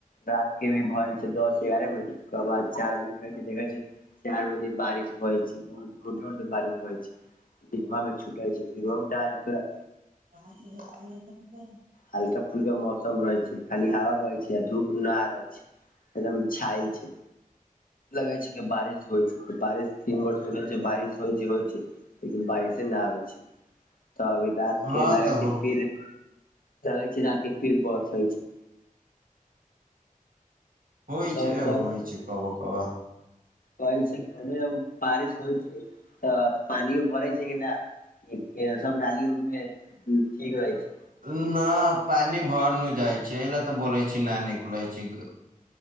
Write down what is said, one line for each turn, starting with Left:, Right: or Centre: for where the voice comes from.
Left: रात के भी भय जा छै दस एगारह बजे ओकर बाद चार बजे उठ के देखै छै चाइर बजे बारिश होइ छै ब जोर जोर से बारिश होइ छै दिनवा मे छूट होइ छै दिनवा में त
Right: त <inaudible>
Left: हल्का फुलका मौसम रहै छै खाली हवा बहे छै आ धूप न रहै छै एकदम छाय छय लगै छै जे बारिश होयत। तीन दिनसँ बारिश भऽ रहल छै, आ एखनो होइते लगै छै। बारिशे नइ आबै छै तऽ अभी रात
Right: हँ
Left: के लगै
Right: तऽ
Left: छै
Right: हो
Left: फिर लागे रहै छै राति फिर बर्से होइ छै
Right: होइ
Left: तऽ
Right: छै
Left: कहै
Right: होइ छै कब कब
Left: कहै छै, बारिश होइ छै तऽ पानिओ भरै छै कि नहि? एक सब नाली उ में ठीक रहै छै
Right: न, पानि भरि नहि जाइ छै। एहि लेल तँ बोलै छै जे नय निकलै छै।